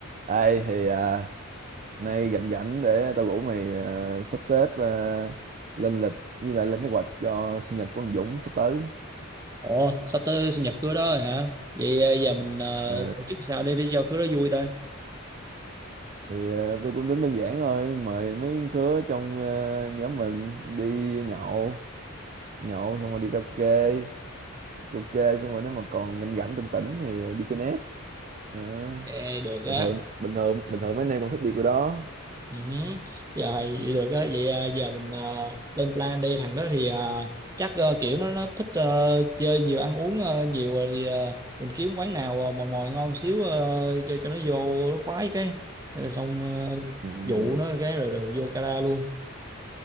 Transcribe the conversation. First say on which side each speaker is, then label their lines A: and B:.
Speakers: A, on the right; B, on the right.
A: Ai thì à, nay rảnh rảnh để tao rủ mày à, sắp xếp à, lên lịch với lại lên kế hoạch cho sinh nhật của anh Dũng sắp tới.
B: Ồ, sắp tới sinh nhật Khứa đó rồi hả? Vậy à, giờ mình à,
A: Ờ,
B: tổ chức sao để, để cho Khứa đó vui ta?
A: thì à, tôi cũng tính đơn giản thôi, mời mấy đứa trong à, nhóm mình đi nhậu, nhậu xong rồi đi karaoke, karaoke xong rồi nếu mà còn rảnh rảnh tỉnh tỉnh thì đi chơi net. Ờ,
B: Ê, được
A: bình
B: á.
A: thường bình thường bình thường mấy anh em cũng thích đi cái đó.
B: Ừ, hứ. Rồi, vậy được á. Vậy à, giờ mình à, lên plan đi. Thằng đó thì à, chắc à, kiểu nó nó thích à, chơi nhiều, ăn uống à, nhiều rồi thì à, mình kiếm quán nào à, mòi mòi ngon xíu à, cho cho nó vô nó khoái cái. Rồi xong à,
A: Ừ.
B: dụ nó cái rồi, rồi vô cara luôn.